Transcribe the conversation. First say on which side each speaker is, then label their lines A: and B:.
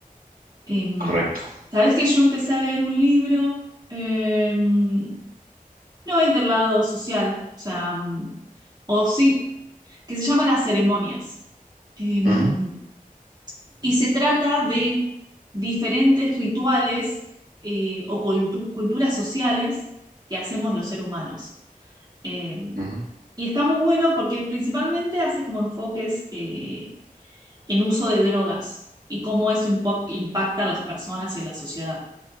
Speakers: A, on the right (about 30°); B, on the right (about 75°).
A: Em,
B: correcto.
A: ¿sabés que yo empecé a leer un libro? Em, no es del lado social, o sea, mm, o sí, que se llama Las ceremonias. Em,
B: Ujú,
A: y se trata de diferentes rituales eh, o cultu- culturas sociales que hacemos los seres humanos. Em,
B: ujú,
A: y está muy bueno porque principalmente hace como enfoques eh, en uso de drogas y cómo eso impo- impacta a las personas y a la sociedad.